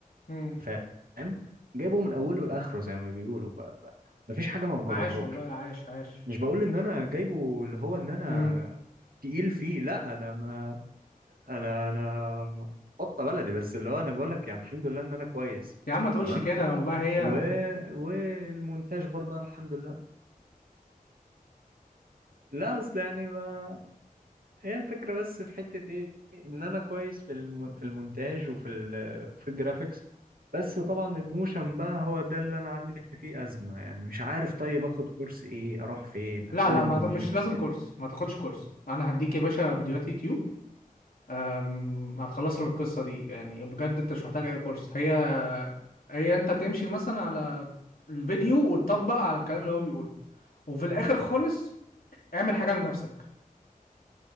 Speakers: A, on the left; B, on the right.
A: مم.
B: فاهم جايبه من اوله لاخره زي ما بيقولوا بقى بقى. مفيش حاجة ما بجربهاش
A: عاش والله عاش عاش
B: مش بقول ان انا جايبه اللي هو ان انا
A: مم.
B: تقيل فيه لا انا ما انا انا قطه بلدي بس اللي هو انا بقول لك يعني الحمد لله ان انا كويس
A: يا
B: يعني
A: عم ما تقولش
B: تمام
A: كده والله هي
B: و... والمونتاج برضه أنا الحمد لله لا اصل يعني ما هي الفكره بس في حته ايه ان انا كويس في الم... في المونتاج وفي ال... في الجرافيكس بس طبعا الموشن بقى هو ده اللي انا عندي فيه ازمه يعني مش عارف طيب اخد كورس ايه اروح فين اتعلم
A: لا لا ما
B: من
A: مش
B: مين
A: لازم
B: يعني
A: كورس ما تاخدش كورس انا هديك يا باشا فيديوهات يوتيوب أم، هتخلص لك القصة دي يعني بجد انت مش محتاج اي كورس هي هي انت تمشي مثلا على الفيديو وتطبق على الكلام اللي هو بيقوله وفي الاخر خالص اعمل حاجة لنفسك